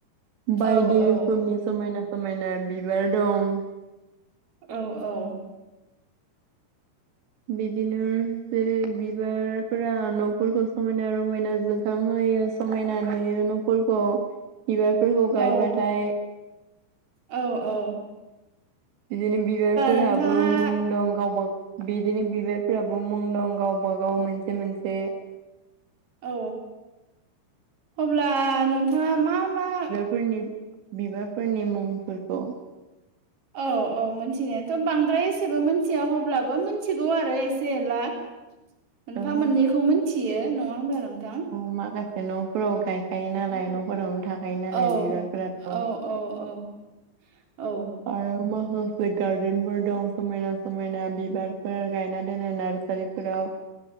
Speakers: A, on the right; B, on the right.
A: बायदि
B: औ औ
A: रोखोमनि समायना समायना बिबार दं।
B: औ औ।
A: बिदिनो जेरै बिबारफोरा न'फोरखौ समायना रमायनाजों खांहोयो समायना नुयो न'फोरखौ बिबारफोरखौ
B: औ
A: गायबाथाय।
B: औ औ‌।
A: बिदिनो बिबारफोरहाबो
B: नोंथाङा
A: मुं दं गावबा बिदिनो बिबारफ्राबो मुं दं गावबा गाव मोनसे मोनसे।
B: औ अब्ला नोंथाङा मा मा
A: फोरनि बिबारफोरनि मुंफोरखौ <inaudible>
B: अ अ मोनथिनायाथ' बांद्राय एसेबो मिथिया हब्लाबो मिथिगौ आरो एसे एला। मोनफा
A: औ
B: मोननैखौ मोनथियो नङा होमब्ला नोंथां।
A: ओ माखासे न'फोराव गायखायो नालाय न'फोरावनो थाख थायो नालाय
B: औ
A: बिबारफोराथ'।
B: औ औ औ औ
A: आरो माखासे गारदेनफोर दं समायना समायना बिबारफोर गायना दोनो नार सारिफोराव।